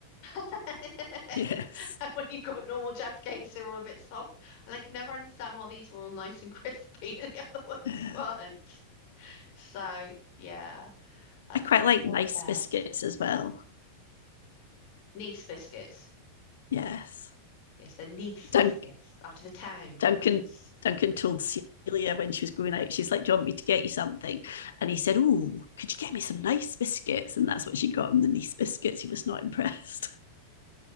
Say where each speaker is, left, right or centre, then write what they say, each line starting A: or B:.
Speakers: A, on the left; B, on the left.
A: <laughs>
B: yes.
A: And when you got normal Jaffa cakes, they're all a bit soft. And I could never understand why these were all nice and crispy <laughs> and the other ones
B: Yeah.
A: weren't. So, yeah, that's
B: I quite
A: probably
B: like
A: not
B: nice
A: the best.
B: biscuits as well.
A: Nice biscuits.
B: Yes.
A: Yes, they're Nice biscuits.
B: Dun-
A: After the town,
B: Duncan
A: Nice.
B: Duncan told Celia when she was going out, she's like, "Do you want me to get you something?" And he said, "Oh, could you get me some nice biscuits?" And that's what she got him the nice biscuits. He was not impressed.